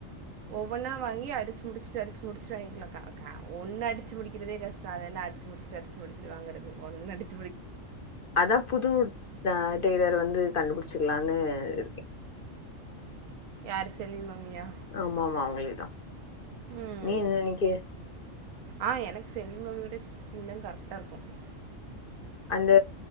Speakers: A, on the right; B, on the left.
A: ஒவ்வொன்னா வாங்கி அடிச்சு முடிச்சுட்டு அடிச்சு முடிச்சுட்டு வாங்கிக்கலாக்கா ஒன்னு அடிச்சு முடிக்கிறதே கஷ்டம் அத என்னா அடிச்சு முடிச்சட்டு அடிச் சி முடிச்சிட்டு வாங்கறது ஒன்னடித்
B: அதா புது அ டெய்லர் வந்து கண்டுபிடிச்சர்லாம்னு இருக்கே
A: யாரு செல்வி மம்மியா
B: ஆமா ஆமா அவங்களுக்குதா
A: ம்
B: நீ இன்னு இன்னைக்கு
A: ஆ எனக்கு செல்வி் மம்மியோட ஸ்டிச்சிங்தா கரெக்டா இருக்கு
B: அந்த